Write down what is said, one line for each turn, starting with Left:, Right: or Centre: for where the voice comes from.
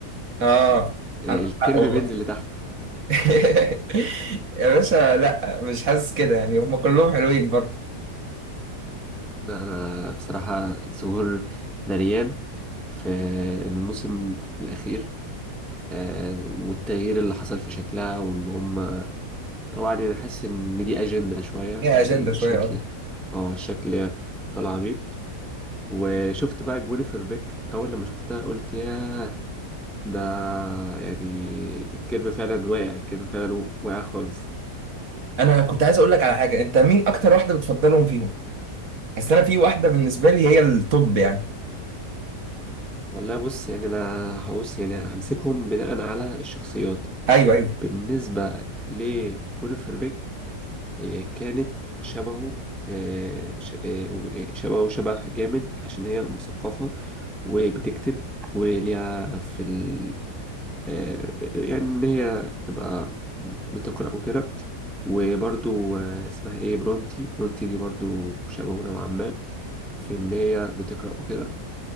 Right: اه
Centre: آه،
Right: عندك
Centre: الكيرف
Right: حق والله
Centre: بينزل لتحت
Right: <laughs> يا باشا لا مش حاسس كده يعني هم كلهم حلوين برضه
Centre: أنا بصراحة ظهور مريان في الموسم الأخير آه، والتغيير اللي حصل في شكلها وان هم طبعا يعني حاسس ان دي اجندة شوية
Right: ليها
Centre: الشكل
Right: اجنده شويه برضه
Centre: اه الشكل اللي هي طالعة بيه وشفت بقى جوينيفر بيك اول لما شفتها قلت ياه ده يعني الكيرف فعلا واقع الكيرف فعلا واقع خالص
Right: انا كنت عايز اقول لك على حاجه انت مين اكتر واحده بتفضلهم فيهم بس انا في واحده بالنسبه لي هي الطب يعني
Centre: والله بص يعني انا هبص يعني همسكهم بناء على الشخصيات
Right: ايوه ايوه
Centre: بالنسبة لجوينيفر بيك هي كانت شبهه آه، ش- آه، و- آه، شبهه شبه جامد عشان هي مثقفة وبتكتب وليها في ال... آه، يعني إن هي تبقى بتقرأ وكده وبرضو آه، اسمها إيه برونتي برونتي دي برضو شبهه نوعا ما في إن هي بتقرأ وكده